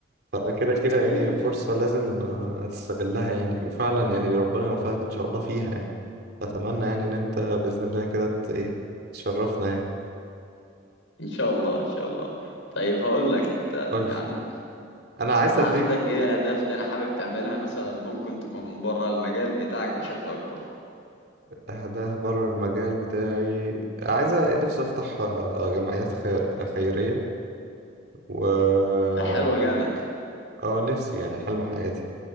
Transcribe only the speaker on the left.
اكيد
اكيد
ان شاء الله ان شاء الله طيب هقول لك انت
يعني
عندك
ايه اهداف تاني حابب تعملها مثلا ممكن تكون بره المجال بتاعك بشكل اكبر
ده حلوة جامد